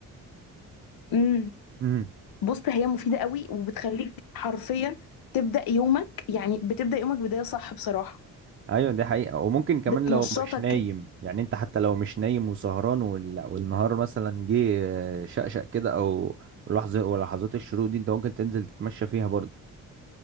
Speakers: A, on the left (about 80°); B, on the right (about 35°).
A: امم
B: امم
A: بص هي مفيده قوي وبتخليك حرفيا تبدا يومك يعني بتبدا يومك بدايه صح بصراحه
B: ايوه دي حقيقة وممكن كمان
A: بتنشطك
B: لو مش نايم
A: كده
B: يعني انت حتى لو مش نايم وسهران وال- والنهار مثلا جه آه، شقشق كده او لحظة ولحظات الشروق دي انت ممكن تنزل تتمشى فيها برضه